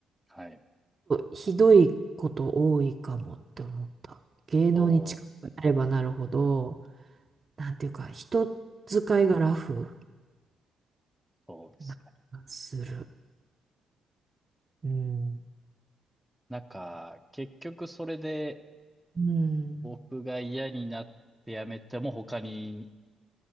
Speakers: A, in the centre; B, on the right.
A: はい。
B: ひどいこと多いかもって思った。芸能に近くなればなるほど、
A: そうです。
B: なんていうか、人使いがラフ
A: そうですね。
B: な気がする。うん。
A: なんか、結局それで
B: うん。
A: 僕が嫌になって辞めても他に